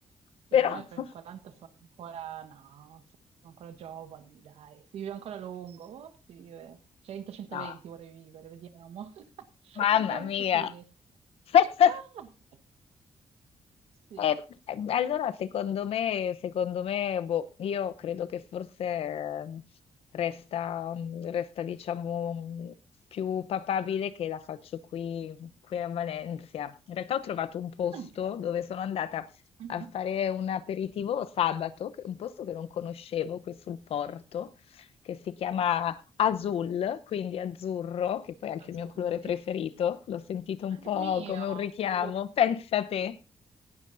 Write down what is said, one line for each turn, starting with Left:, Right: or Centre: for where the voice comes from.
Left: però
Right: Sì, ma
Left: <laughs>
Right: per i 40 sono ancora, no, sono ancora giovani, dai, si vive ancora a lungo, oh, si vive 100-120
Left: no,
Right: vorrei vivere, vediamo, <laughs>
Left: mamma
Right: vediamo
Left: mia.
Right: se ci riesco.
Left: <laughs>
Right: Ah, sì,
Left: Eh, eh, allora, secondo me, secondo me, boh, io credo che forse eh, resta, mm, resta, diciamo, mm, più papabile che la faccio qui, qui a Valencia. In realtà ho trovato un posto
Right: anche.
Left: dove sono andata
Right: Mhm.
Left: a fare un aperitivo sabato, che- un posto che non conoscevo qui sul porto, che si chiama azul,
Right: Wow,
Left: quindi azzurro, che poi è anche
Right: azzurro,
Left: il mio colore
Right: sì.
Left: preferito, l'ho sentito un
Right: Anche
Left: po'
Right: il mio,
Left: come un richiamo,
Right: blu.
Left: pensa te.